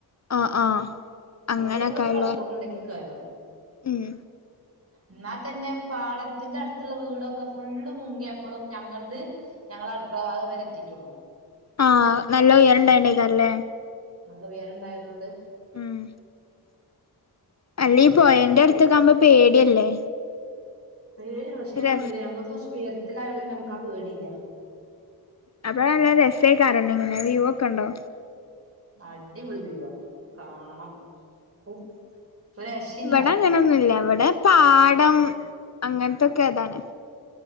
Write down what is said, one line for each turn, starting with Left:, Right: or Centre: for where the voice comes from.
Left: ആ ആ അങ്ങനൊക്കെല്ലേ
Right: അതേപോലത്തെ വെള്ളപ്പൊക്കം ഉണ്ടൊക്കി കയറും
Left: ഉം
Right: എന്നാൽ തന്നെ പാടത്തിന്റെ അടുത്തുള്ള വീടൊക്കെ ഫുള്ള് മുങ്ങിയപ്പോഴും ഞങ്ങളത് ഞങ്ങള അടുക്കള ഭാഗം വരെ എത്തിയിട്ടുള്ളൂ
Left: ആഹ് നല്ല എ ണ്ടണ്ടക്ക അല്ലേ
Right: നല്ല ഉയര ഉണ്ടായതുകൊണ്ട്
Left: ഉം അല്ലീ
Right: അപ്പം
Left: പോയന്റെ അടുത്തൊക്ക ആവുമ്പോ പേടിയല്ലേ
Right: പേടില്ല പഷ്യഞാൻ
Left: രസ്
Right: പറഞ്ഞില്ലേ ഞങ്ങടെത്തു കുറച്ചു ഉയരത്തിൽ എല്ലാവട നമക്ക പേടില്ല.
Left: അപ്പോഴ നല്ല രസക്കാരല്ലെ ഇങ്ങനെ വ്യൂ ഒക്കെ ഉണ്ടോ?
Right: അടിപൊളി വ്യൂവാ. കാണണം ഒരു രക്ഷയില്ല.
Left: ഇവിടെ അങ്ങനൊന്നുല്ല ഇവിടെ പാടം അങ്ങനത്തൊക്കെ അതാണ്.